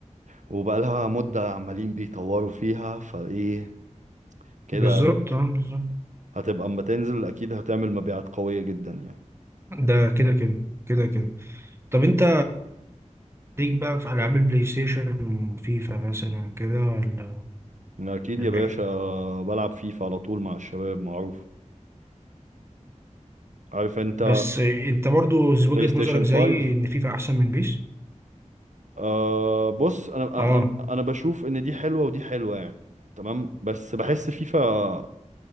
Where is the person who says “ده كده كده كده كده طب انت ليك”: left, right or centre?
Right